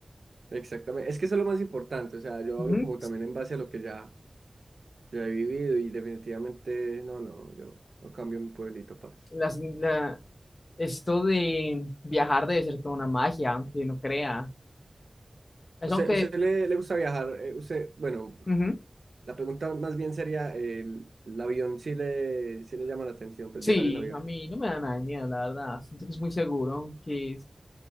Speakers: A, on the right (about 70°); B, on the left (about 50°).
A: Exactamente, es que eso es lo más importante, o sea, yo
B: Ujú.
A: hablo como también en base a lo que ya, ya he vivido y definitivamente, no, no, yo no cambio mi pueblito, parce.
B: Las- la- esto de viajar debe ser toda una magia, aunque no crea. Es
A: O
B: aunque,
A: sea, ¿usted le, le gusta viajar? eh, usted, bueno,
B: ujú,
A: La pregunta más bien sería, el, el avión sí le, sí le llama la atención, pues
B: sí,
A: viajar en avión.
B: a mí no me da nada de miedo, la verdad. Siento que es muy seguro, que es-